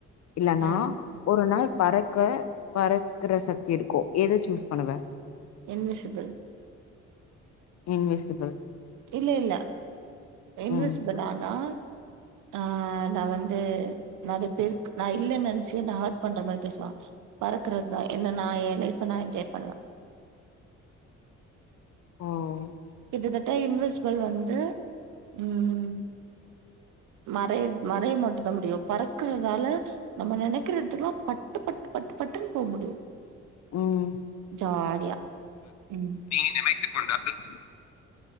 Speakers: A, on the left (about 60°); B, on the right (about 80°).
A: இல்லனா
B: ம்
A: ஒரு நாள் பறக்க பறக்குற சக்தி இருக்கு எத சூஸ் பண்ணுவ
B: என்விசிபிள்
A: இன்விசிபிள்
B: இல்ல இல்ல என்விசிபிள்
A: ம்
B: ஆனா ஆ நா வந்து நெறைய பேருக்கு நா இல்லன் என் ச்சு நா ஹர்ட் பண்ற மாரி பேசுவா பறக்குறதுதா என்ன நா எ லைஃப நா என்ஜாய் பண்ணுவே
A: ம்
B: கிட்டத்தட்ட இன்வெஸ்பிள் வந்து ம் மறை மறைய மட்டு தா முடியு பறக்குறதால நம்ம நெனைக்கிற எடத்துக்குலா பட்டு பட்டு பட்டு பட்டுன் போ முடியு
A: ம்
B: ஜாலியா ம்
A: நீ நினைத்துக் கொண்டார்கள்